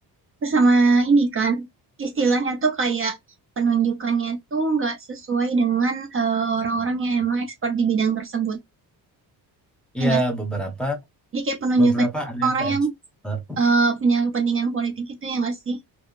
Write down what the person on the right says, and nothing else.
Terus sama ini kan, istilahnya tuh kayak penunjukannya tuh nggak sesuai dengan, eee, orang-orang yang emang expert di bidang tersebut,
ya nggak sih?
Jadi kayak penunjukan
orang
yang,
eee, punya kepentingan politik itu ya nggak sih?